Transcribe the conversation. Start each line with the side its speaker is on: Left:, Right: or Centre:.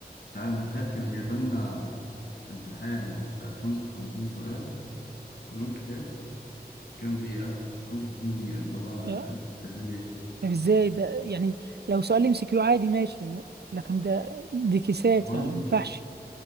Left: تعال متخيل كان جايبالنا امتحان آه، خمسة وخمسين سؤال كلهم كيسات في كام دقيقة؟ خمسة وخمسين دقيقة اللي هو
Right: إيه؟
Left: أنت بتعمل إيه؟
Right: طب ازاي ده يعني لو سؤال ام سي كيو عادي ماشي م- لكن ده دي كيسات
Left: هو
Right: يعني
Left: ام
Right: ما
Left: سي
Right: ينفعش